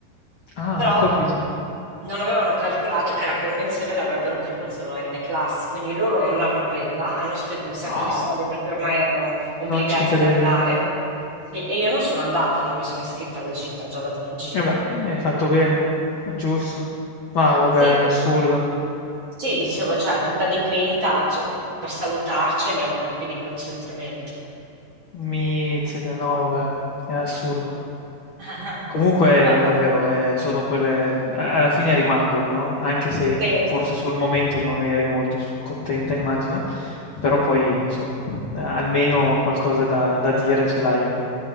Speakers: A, on the left; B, on the right.
A: Ah,
B: però
A: ho capito.
B: non avevano calcolato che la convenzione l'avrebbero presa solo N classi, quindi loro non l'hanno presa, hanno speso un sacco
A: Oh,
B: di soldi perché ormai erano obbligati
A: non ci credo.
B: ad andare. Sì, e io non sono andata, non mi sono iscritta alla gita già dal principio.
A: Vabbè, hai fatto bene. È giusto. Ma vabbè,
B: Sì,
A: è assurdo.
B: Sì, dicevo, cioè, gita di quinta, cioè, per salutarci andiamo ai campi di concentramento.
A: Mizzica, no vabbè, è assurdo.
B: <laughs>
A: Comunque
B: Ma
A: davvero, eh, sono quelle, a- alla fine rimangono, no? Anche se
B: sì,
A: forse sul momento non eri molto s- contenta, immagino, però poi insomma, eh, almeno qualcosa da, da dire ce l'hai ecco,